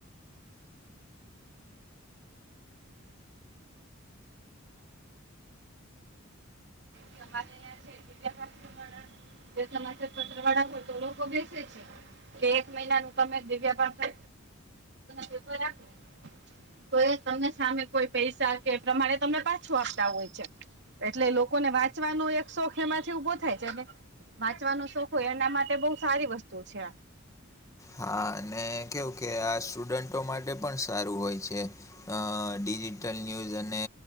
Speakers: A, on the right (about 60°); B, on the left (about 15°).
A: છે <unintelligible> સમાચાર પત્ર વાળા હોય તો લોકો વેચે છે તો એક મહિના ન તમે દિવ્યા પાસે પેપર આપે તો એ તમને સામે કોઈ પૈસા કે એ પ્રમાણે તમને પાછું આપતા હોય છે એટલે લોકોને વાંચવાનો એક શોખ એમાંથી ઉભો થાય છે ને વાંચવાનું શોખ હોય એના માટે બહ સારી વસ્તુ છે
B: હા અને કેવું કે આ સ્ટુડન્ટો માટે પણ સારું હોય છે. ડિજિટલ ન્યૂઝ અને